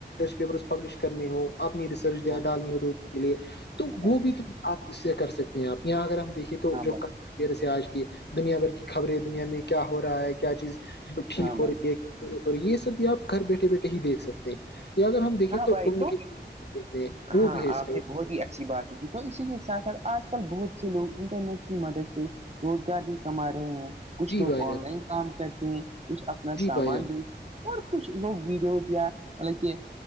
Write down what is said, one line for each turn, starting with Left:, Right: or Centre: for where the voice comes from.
Left: پیپر پبلش کرنی ہو اپنی ریسرچ
Right: ہاں بھائی
Left: ڈالنی ہو لوگوں کے لیے تو
Right: ہاں بھائی
Left: وہ
Right: جان،
Left: بھی آپ اس سے کر سکتے ہیں آپ یہاں اگر ہم دیکھیے تو
Right: ہاں
Left: جو
Right: بھائی
Left: پھر سے آج کی دنیا بھر کی خبریں دنیا میں کیا ہو رہا ہے کیا چیز ٹھیک
Right: ہاں بھائی
Left: ہو رہی ہے یہ سب بھی آپ گھر بیٹھے بیٹھے ہی دیکھ سکتے ہیں اگر ہم دیکیں
Right: ہاں
Left: تو
Right: بھائی
Left: کمیونیکیشن وہ
Right: ہاں
Left: بھی ہے اس
Right: آپ
Left: میں
Right: نے بہت ہی اچھی بات تو اسی کے ساتھ ساتھ آج کل بہت سے لوگ انٹرنیٹ کی مدد سے روزگار بھی کما رہے ہیں کچھ
Left: جی
Right: لوگ
Left: بھائی جان
Right: آن لائن کام کرتے ہیں کچھ اپنا
Left: جی
Right: سامان
Left: بھائی جان
Right: بھی اور کچھ لوگ ویڈوز یا مطلب کہ